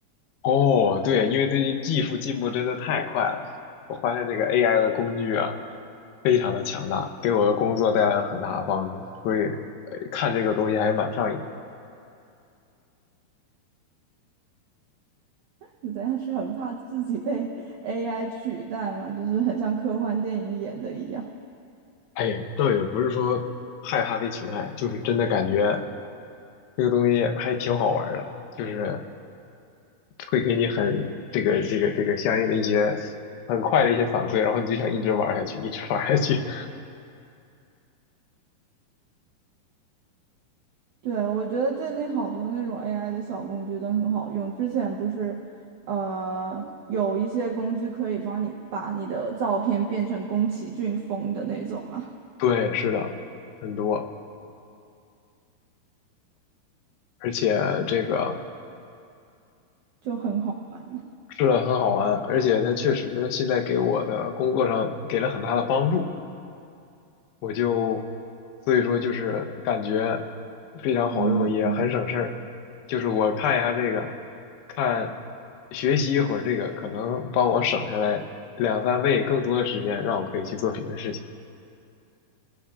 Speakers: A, on the left (about 85°); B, on the right (about 80°).
A: 哦，对，因为最近技术进步真的太快了，我发现这个 AI 的工具啊，非常的强大，给我的工作带来了很大的帮助，所以呃看这个东西还蛮上瘾。
B: 是怎样？是很怕自己被 AI 取代吗？就是很像科幻电影演的一样。
A: 哎，倒也不是说害怕被取代，就是真的感觉这个东西还挺好玩儿的，就是会给你很这个这个这个相应的一些很快的一些反馈，然后你就想一直玩儿下去，一直玩儿下去。
B: 对，我觉得最近好多那种 AI 的小工具都很好用。之前不是，呃，有一些工具可以帮你把你的照片变成宫崎骏风的那种嘛，
A: <laughs> 对，是的，很多，而且这个。
B: 就很好玩了。
A: 是的，很好玩，而且它确实现在给我的工作上给了很大的帮助，我就所以说就是感觉非常好用，
B: 啊
A: 也很省事儿。就是我看一下这个，看学习一会儿这个，可能帮我省下来两三倍更多的时间，让我可以去做别的事情。